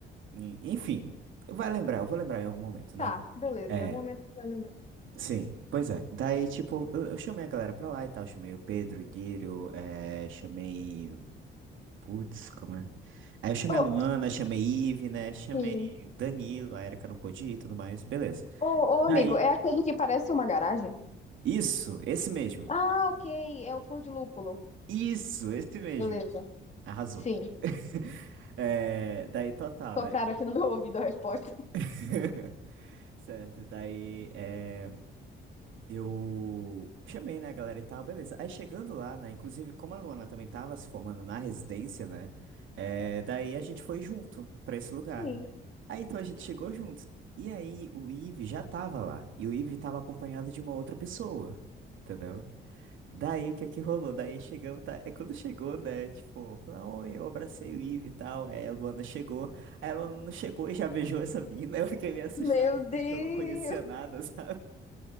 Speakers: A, on the right (about 75°); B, on the left (about 35°).
A: em- Enfim. Vai lembrar, eu vou lembrar em algum momento,
B: Tá,
A: né?
B: beleza.
A: É,
B: Em algum momento você vai lembrar.
A: sim. Pois é. Daí, tipo, eu, eu chamei a galera pra lá e tal. Chamei o Pedro, o Dírio, é, chamei. Putz, como é? Aí eu chamei
B: Ô,
A: a Luana, chamei Ive, né? Chamei
B: sim.
A: o Danilo, a Erika não pôde ir e tudo mais. Beleza.
B: Ô, ô,
A: Daí,
B: amigo, é aquele que parece uma garagem?
A: isso, esse mesmo.
B: Ah, ok. É o Flor de Lúpulo.
A: Isso, esse mesmo.
B: Beleza.
A: Arrasou.
B: Sim.
A: <laughs> É, daí total,
B: Sopraram
A: né?
B: aqui no meu ouvido a resposta.
A: <laughs> Certo, daí é, eu chamei, né, a galera e tal, beleza. Aí chegando lá, né, inclusive como a Luana também tava se formando na residência, né, é, daí a gente foi junto pra esse lugar.
B: Sim.
A: Aí então a gente chegou juntos. E aí o Ive já tava lá, e o Ive tava acompanhado de uma outra pessoa, entendeu? Daí o que é que rolou? Daí chegamos, tá? É quando chegou, né? Tipo, falou, oi, eu abracei o Ive e tal. Aí a Luana chegou. Aí a Luana chegou e já beijou essa menina. <laughs> Eu fiquei meio assustado,
B: Meu
A: assim,
B: Deus!
A: que eu não conhecia nada, sabe?